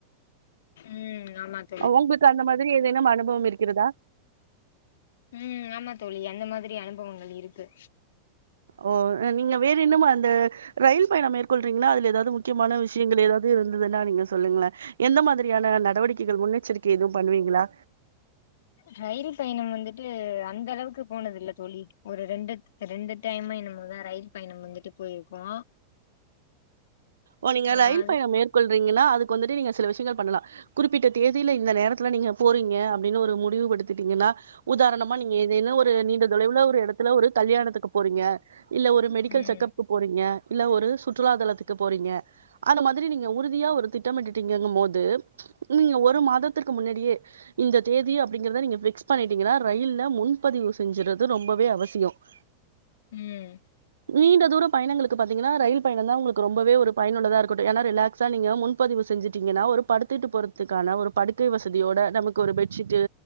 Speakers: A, on the left (about 60°); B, on the right (about 65°).
A: ம் ஆமங்
B: உங்களுக்கு அந்த மாரி ஏதேனும் அனுபவம் இருக்கிறதா
A: ம் ஆமா தோழி அந்த மாரி அனுபவங்கள் இருக்கு
B: ஓ நீங்க வேற என்னும் அந்த ரயில் பயணம் மேற்கொல்றீங்ககளா அதுல ஏதாவது முக்கியமான விஷயங்கள் ஏதாவது இருந்ததுன்னா நீங்க சொல்லுங்களே எந்த மாதிரியான நடவடிக்கைகள் முன்னெச்சரிக்கை எதுவு பண்ணுவீங்களா
A: ரயில் பயணம் வந்துட்டு அந்த அளவுக்கு போனது இல்ல தோழி ஒரு ரெண்டுத் ரெண்டு டைமோ என்னமோ தா ரயில் பயணம் வந்துட்டு போயிருக்கோ
B: ஓ நீங்க
A: ஆ
B: ரயில்
A: அது
B: பயணம் மேற்கொள்றீங்கனா அதுக்கு வந்துட்டு நீங்க சில விஷயங்கள் பண்லா குறிப்பிட்ட தேதியில இந்த நேரத்துல நீங்க போறீங்க அப்டினு ஒரு முடிவுபடுத்தீட்டீங்கனா உதாரணமா நீங்க ஏதேனு ஒரு நீண்ட தொலைவுல ஒரு எடத்துல ஒரு கல்யாணத்துக்கு போறீங்க இல்ல ஒரு மெடிக்கல்
A: ம்
B: செக்கஅப்கு போறீங்க இல்ல ஒரு சுற்றுலா தலத்துக்கு போறீங்க அந்த மாரி நீங்க உறுதியா ஒரு திட்டமிட்டங்ககும்போது நீங்க ஒரு மாதத்திற்க்கு முன்னாடியே இந்த தேதி அப்டிங்கறத நீங்க பிக்ஸ் பண்ணிட்டீங்கன்னா ரயில்ல முன்பதிவு செஞ்சறது ரொம்பவே அவசியோ <inaudible>
A: ம்
B: நீண்ட தூர பயணங்களுக்கு பாத்தீங்கன்னா ரயில் பயண தா உங்களுக்கு ரொம்பவே ஒரு பயனுள்ளதா இருக்கட்டு ஏனா ரிலாக்ஸா நீங்க முன்பதிவு செஞ்சுட்டீங்கனா ஒரு படுத்துட்டு போறது இதுக்கான ஒரு படுக்கை வசதியோட நமக்கு ஒரு பெட்ஷீட்டு